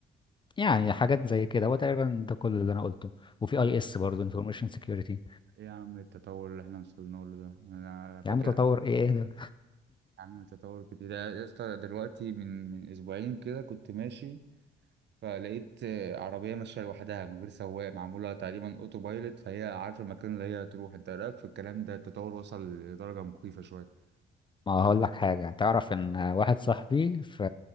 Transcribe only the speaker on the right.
اه،
ايه يا عم التطور اللي احنا وصلنا له ده انا فاكر
يا عم التطور كده ده يا اسطى دلوقتي من من اسبوعين كده كنت ماشي فلقيت آه، عربية ماشية لوحدها من غير سواق معمولة تقريبا اوتو بايلوت فهي عارفة المكان اللي هي هتروح انت رأيك في الكلام ده التطور وصل لدرجة مخيفة شوية